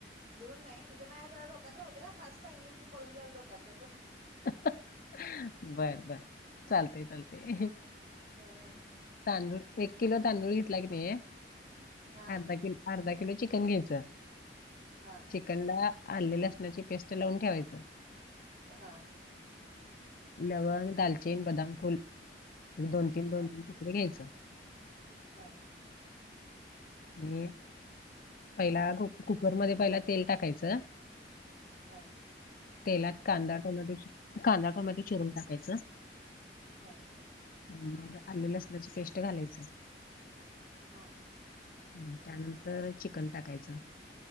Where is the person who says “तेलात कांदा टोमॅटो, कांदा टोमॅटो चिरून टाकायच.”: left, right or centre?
Left